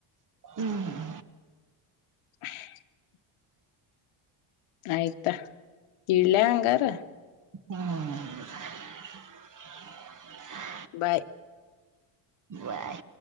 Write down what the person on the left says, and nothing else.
<unintelligible> ಆಯ್ತಾ ಇಡ್ಲ್ಯ ಹಂಗಾರ
ಬೈ